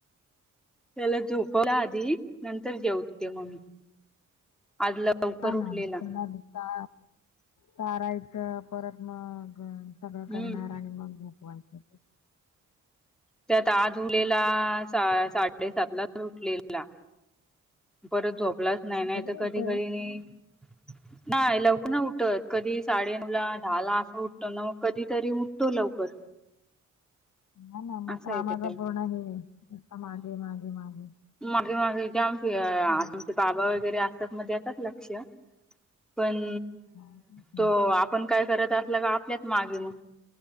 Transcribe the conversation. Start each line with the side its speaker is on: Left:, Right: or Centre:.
Centre: त्याला झोपवला आधी नंतर जेऊत केल म मी आज लवकर
Left: हा
Centre: उठलेला.
Left: ना त्याला चा चारायच परत मग सगळं
Centre: हम्म
Left: करणार. आणि मग झोपवायच.
Centre: त्यात आज हुलेला सा साठ साडेसातलाच उठलेला परत झोपलाच नाही नाही
Left: झोपच
Centre: तर
Left: उठतो
Centre: कधी - कधी नी. <inaudible> नाही लवकर ना उठत कधी साडे नऊ ला दहा ला असं उठतो ना मग कधी तरी उठतो लवकर.
Left: ह ना मग
Centre: असं
Left: कामाचा
Centre: येत
Left: पण हे आणि निस्ता मागे मागे - मागे
Centre: मगे मागे ते आमची
Left: हा,
Centre: <unintelligible> बाबा वगैरे असतात म देतात लक्ष पण
Left: तेच ना.
Centre: तो आप. पण काय करत असलं का आपल्याच मागे मगं.